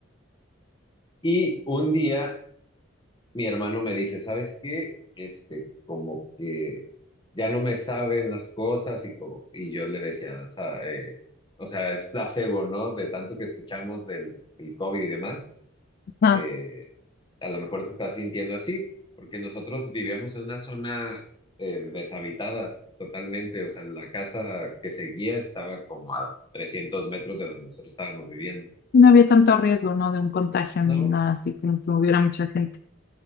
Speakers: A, on the left (about 25°); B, on the left (about 50°).
A: Y un día mi hermano me dice, ¿sabes qué? Este, como que ya no me saben las cosas y como, y yo le decía, o sea, eh, o sea, es placebo, ¿no? De tanto que escuchamos del el COVID y demás.
B: ajá.
A: eh, a lo mejor te estás sintiendo así, porque nosotros vivíamos en una zona eh, deshabitada totalmente, o sea, la casa que seguía estaba como a 300 metros de donde nosotros estábamos viviendo.
B: No había tanto riesgo, ¿no? De un contagio
A: No,
B: ni nada así, como que hubiera mucha gente.